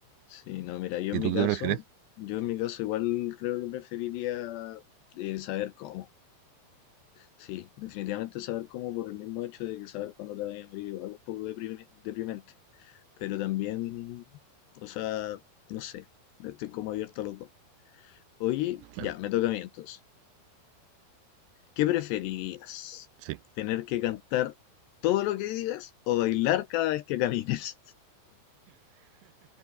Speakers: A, on the left (about 75°); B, on the right (about 80°).
A: Sí, no, mira, yo en
B: ¿Y
A: mi
B: tú
A: caso,
B: qué prefieres?
A: yo en mi caso igual creo que preferiría eh, saber cómo. Sí, definitivamente saber cómo por el mismo hecho de que saber cuándo te vayas a morir igual un poco deprime- deprimente. Pero también, o sea, no sé, estoy como abierto a los dos. Oye, ya,
B: Claro.
A: me toca a mí entonces. ¿Qué preferirías?
B: Sí.
A: ¿Tener que cantar todo lo que digas o bailar cada vez que camines?